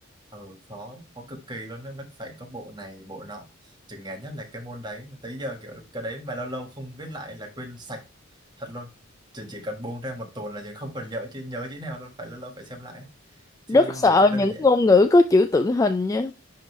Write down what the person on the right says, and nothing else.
Ừ, khó, khó cực kỳ luôn đó. Nó phải có bộ này, bộ nọ. Trường ngán nhất là cái môn đấy. Tới giờ kiểu cái đấy mà lâu lâu không viết lại là quên sạch thật luôn. Trường chỉ cần buông ra một tuần là trường không còn nhớ chứ nhớ chữ nào luôn, phải lâu lâu phải xem lại. Chứ
nhiều chữ đơn
giản.